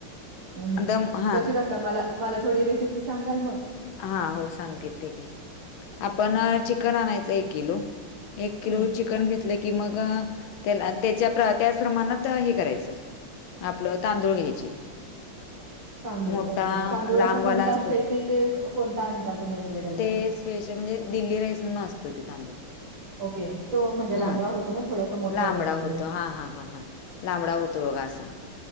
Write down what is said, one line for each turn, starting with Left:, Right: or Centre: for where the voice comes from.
Right: हम् हम
Left: दम हां,
Right: कशी करता? मला, मला थोडी रेसिपी सांगाल मग.
Left: हा हो. सांगित ते की आपण
Right: हां
Left: चिकन आणायचं एक किलो. एक किलो
Right: हं
Left: चिकन घे तल की मग, त्या त्याच्या त्याच प्रमाणात हे करायचं. आपलं तांदूळ घ्यायचे.
Right: तांदूळ
Left: मोठा
Right: ओके तांदूळ
Left: लांबवाला
Right: असा कोणता
Left: असतो.
Right: स्पेसिफिक कोणता आणता तुम्ही असं वगैरे
Left: ते
Right: काय.
Left: स्पेशल म्हणजे, दिल्ली राईस म्हणून असतोय तो तांदूळ.
Right: ओके तो म्हणजे
Left: हा
Right: लांबडा होतो ना थोडासा मोठा
Left: लांबडा
Right: होता तांदूळ.
Left: होतो हा हा हा हा. लांबडा होतो बघ असा.